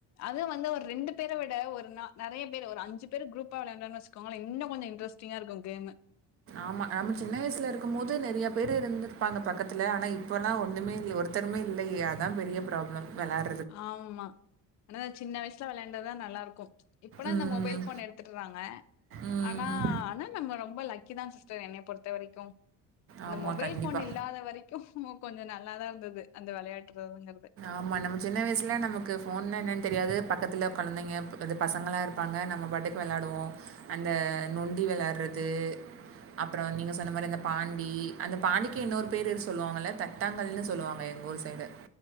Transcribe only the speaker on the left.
அது வந்து ஒரு ரெண்டு பேர விட ஒரு நா நெறைய பேரு ஒரு அஞ்சு பேரு குரூப்பா வெளான்டோன்னு வெச்சுக்கோங்களே இன்னு கொஞ்சோ இன்ட்ரஸ் டிங்க இருக்கு கேம்மு
ஆமா அனா சின்ன வயசுல வெளாண்டாதா நல்லாருக்கு இப்பலா
நா மொபைல் போன எடுத்துட்றாங்க
அனா அனா நம்ம ரொம்ப லக் க்கிதா சிஸ்டர் என்ன பொறுத்த வரைக்கு இந்த
மொபைல்
போன் இல்லாத வரை க்கு மோ கொஞ்சோ நல்லாதா இருந்தது அந்த வெளயாட்டுறதுங்கறது